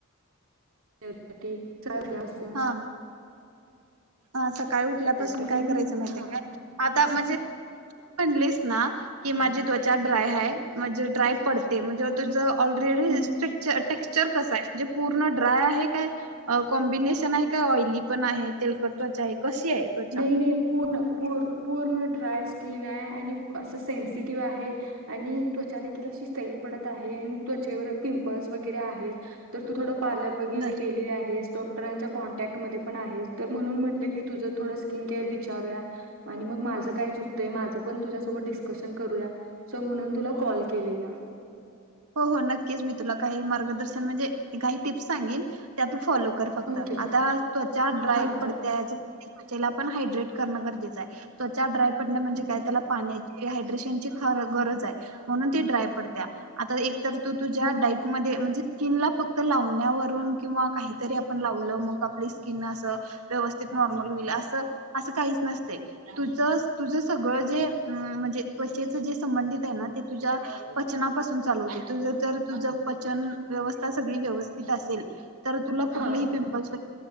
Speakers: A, on the right (about 65°); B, on the right (about 85°).
A: <unintelligible> ल्या असून
B: हा
A: <unintelligible>
B: हा सकाळी उठल्यापासून
A: तर
B: काय
A: मी
B: करायचं माहितीय
A: हा
B: का आता म्हणजे म्हणलीस ना की माझी त्वचा ड्राय हाय म्हणजे ट्राय पडते म्हणजे म तुझं ऑलरेडी
A: हम्म
B: अ स्ट्रिकच स्ट्रेक्च पिकचर कसा आहे म्हणजे पूर्ण ड्राय आहे काय कॉम्बिनेशन आहे काय ऑइली पण आहे तेलकट त्वचा आहे. कशी आहे त्वचा
A: नाही नाही पूर्ण पूर्ण पूर्ण ड्राय स्किन आहे आणि असं सेनसिटिव्ह आहे आणि त्वचा देखील अशी सहील पडत आहे आणि त्वचेवर पिंपल्स वगैरे आहेत तर तू थोडं पार्लर वगैरे
B: बर
A: केलेली आहेस डॉक्टरांच्या कॉनट्याकट मध्ये पण आहेस तर म्हणून म्हणते की तू -- थोडे स्किन केअर बी विचारूया आणि मग माझ काय चुकतय माझ पण तुझ्या सोबत डिस्क्शन करूया सो म्हणून तुला कॉल केलेला.
B: हो हो नक्कीच मी तुला काही मार्गदर्शन म्हणजे काही टिप्स सांगिन. त्या तू फॉलो कर फक्त
A: ओके
B: आता त्वचा ड्राईव्ह
A: हां
B: पडते
A: चल
B: त्यायाच मी त्वचेला पण हायड्रेट करण करजेच आहे त्वचा ड्राय पड म्हणे
A: हं,
B: काय त्याला पाणे. इहायड्रेशनची फार गरज आहे म्हणून ते ड्राय पडतीया. आता एक तर तु तुझ्या
A: हं.
B: डाईटमध्ये म्हणजे स्किन ला फक्त लावण्यावरून किंवा काहीतरी आपण लावलं मग आपली स्किन असं व्यवस्थित नॉर्मल होईल असं असं काहीच नसत तुझं तुझ सगळं जे म्हणजे त्वचेच जे संबंधित आहे ना ते तुझ्या पचना -- चालू होतय तुझ तर तुझ पचन व्यवस्था सगळी व्यवस्थीत असेल तर तुला
A: हां
B: कुठलेही पिंपल्स